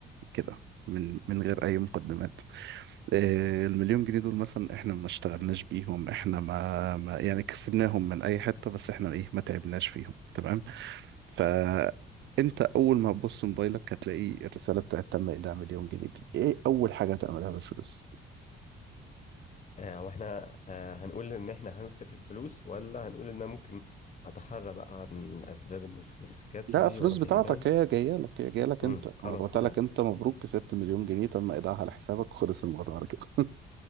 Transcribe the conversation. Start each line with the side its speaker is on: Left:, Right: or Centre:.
Right: كده من من غير أي مقدمات آه، المليون جنيه دول مثلا إحنا ما اشتغلناش بيهم إحنا ما, ما يعني كسبناهم من أي حتة بس إحنا إيه ما تعبناش فيهم تمام فأنت أول ما تبص موبايلك هتلاقي الرسالة بتاعت تم إيداع مليون جنيه دي إيه أول حاجة هتعملها بالفلوس؟
Left: آه، واحنا آه، هنقول ان احنا هنصف الفلوس ولا هنقول ان انا ممكن اتحرى بقى عن اسباب ان الفلوس جات
Right: لا
Left: لي
Right: فلوس
Left: واروح
Right: بتاعتك
Left: البنك
Right: هي جايه لك هي جايه لك
Left: امم
Right: انت
Left: خلاص
Right: انا بعتها
Left: بتاعتي
Right: لك انت مبروك كسبت مليون جنيه تم ايداعها على حسابك وخلص الموضوع على كده <laughs>